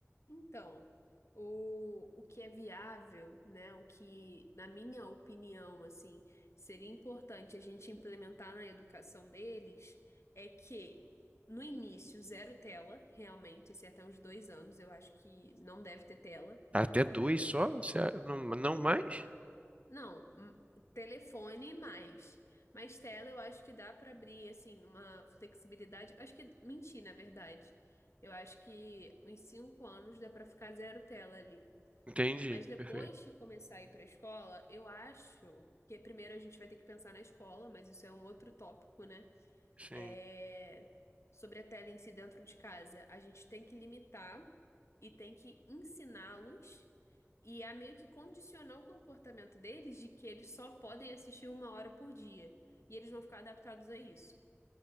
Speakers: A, on the left; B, on the right.
A: Então, o, o que é viável, né? O que, na minha opinião, assim, seria importante a gente implementar na educação deles é que no início, zero tela, realmente, assim, até uns dois anos, eu acho que não deve ter tela.
B: Tá Até dois só? Você a- Não, não mais?
A: Não, hum, telefone mais. Mas tela eu acho que dá para abrir, assim, uma flexibilidade. Acho que menti, na verdade. Eu acho que em cinco anos dá para ficar zero tela ali.
B: Entendi,
A: Mas depois
B: perfeito.
A: que começar a ir para a escola, eu acho que primeiro a gente vai ter que pensar na escola, mas isso é um outro tópico, né?
B: Sim.
A: É... Sobre a tela em si dentro de casa. A gente tem que limitar e tem que ensiná-los e a meio que condicionar o comportamento deles de que eles só podem assistir uma hora por dia. E eles vão ficar adaptados a isso.